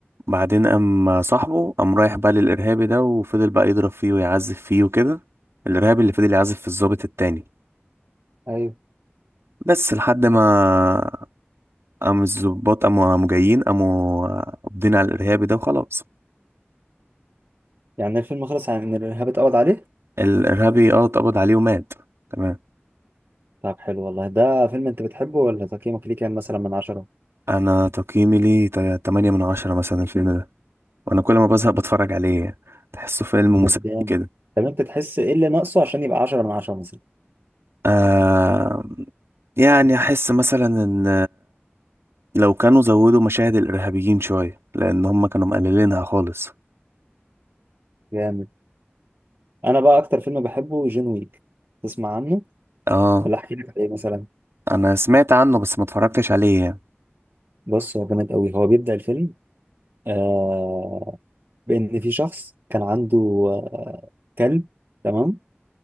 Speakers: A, on the right; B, on the right.
A: بعدين قام صاحبه قام رايح بقى للإرهابي ده وفضل بقى يضرب فيه ويعذب فيه وكده الإرهابي اللي فضل يعذب في الضابط التاني
B: ايوه
A: بس لحد ما قام الضباط قاموا قاموا جايين قاموا قابضين على الإرهابي ده وخلاص
B: يعني الفيلم خلص عن ان الارهاب اتقبض عليه
A: الإرهابي اه اتقبض عليه ومات تمام
B: طب حلو والله ده فيلم انت بتحبه ولا تقييمك ليه كام مثلا من عشرة
A: أنا تقييمي ليه تا- تمانية من عشرة مثلا الفيلم ده وأنا كل ما بزهق بتفرج عليه تحسه فيلم
B: طب
A: مسلي
B: جامد
A: كده
B: طب انت تحس ايه اللي ناقصه عشان يبقى عشرة من عشرة مثلا
A: آه يعني أحس مثلا إن لو كانوا زودوا مشاهد الارهابيين شويه لان هم كانوا مقللينها خالص
B: جامد انا بقى اكتر فيلم بحبه جون ويك تسمع عنه
A: اه
B: ولا احكي لك عليه مثلا
A: انا سمعت عنه بس ما اتفرجتش عليه يعني
B: بص هو جامد قوي هو بيبدأ الفيلم آه بان في شخص كان عنده آه كلب تمام